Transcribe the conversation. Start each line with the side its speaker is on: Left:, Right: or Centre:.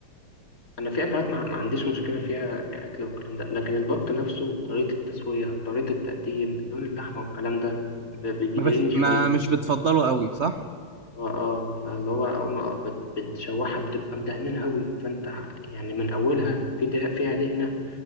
Left: أنا في أكلات ما ما عنديش مشكلة فيها كأكل والكلام ده لكن البط نفسه طريقة التسوية طريقة التقديم لون اللحمة والكلام ده ب- بيضايقني
Right: ما, بت...
Left: شوية
Right: ما مش بتفضله قوي صح
Left: اه اه فاللي هو هم بت- بتشوحها بتبقى مدهنينها قوي فانت ع- يعني من اولها في ده فيها دهنه